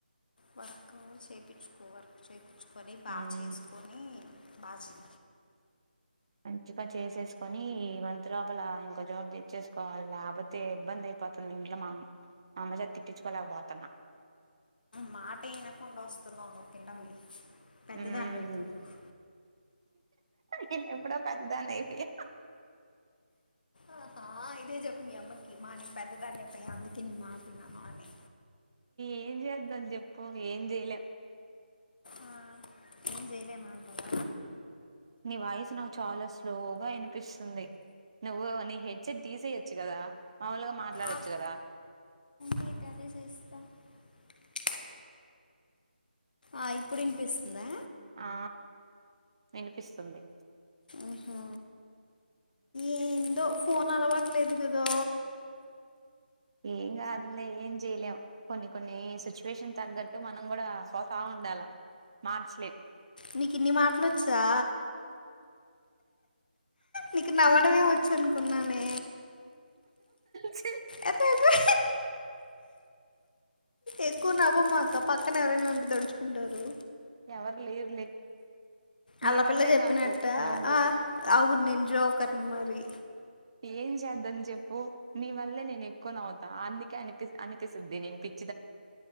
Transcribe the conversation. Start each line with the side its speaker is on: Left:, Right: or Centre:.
Left: వర్క్ చేప్పిచ్చుకో వర్క్ చేపిచ్ ని బా
Right: ఉమ్
Left: చేసుకొని బజీ
Right: మంచిగా చేసేసుకొని ఈ మంత్ లోపల ఇంకో జాబ్ తెచ్చేసుకోవాలి లేపోతే ఇబ్బంది అయిపోతుంది ఇంట్లో మా మా అమ్మచేత తిట్టించుకోలేకపోతున్నా
Left: మాట వినకుండా వస్తున్నవు నువ్వు <unintelligible> పెద్దదాన్ని
Right: ఉమ్
Left: అయిపోయావు
Right: నేను ఎప్పుడో పెద్దదాన్ని అయిపోయా
Left: ఆహా ఇదే చెప్పు మీ అమ్మకి మా నేను పెద్దదాన్ని అయిపోయా అందుకే నీ మాటిన మా అని
Right: ఏం చేద్దాం చెప్పు ఏం చెయలేం
Left: ఆ ఏం చేయలేమంటవా
Right: నీ వాయిస్ నాకు చాలా స్లోగా వినిపిస్తుంది నువ్వు నీ హెడ్సెట్ తీసేయొచ్చు కదా మాముూలుగా మాట్లాడచ్చు
Left: ఆఫ్
Right: కదా
Left: <unintelligible> ఆ ఇప్పుడినిపిస్తుందా
Right: ఆ విని పిస్తుంది
Left: ఆహా ఏందో ఫోన్ అలవా లేదు కదా
Right: ఏం కాదులే ఏం చేయలేము కొన్ని కొన్ని సిచ్యువేషన్ తగ్గట్టు మనం కూడా పోతా ఉండాల మార్చలేం
Left: నీకిన్ని మాటలొచ్చా నీకు నవ్వడమే వచ్చు అనుకున్నానే
Right: చె
Left: అరే అరే ఎక్కువ నవ్వమాక పక్కన ఎవరైనా ఉంటె దడుచుకుంటారు
Right: ఎవరు లేరులే నీ
Left: అల్ల
Right: వల్లే
Left: పిల్లకి చెప్పినవా
Right: నాకు
Left: ఇట్ట
Right: నవ్వు
Left: ఆ అవును నే న్ జోకర్ ని మరి
Right: ఏం చేద్దాం చెప్పు నీవల్లే నేను ఎక్కువ నవ్వు అందుకే అనిపి అనిపిస్తది నేను పి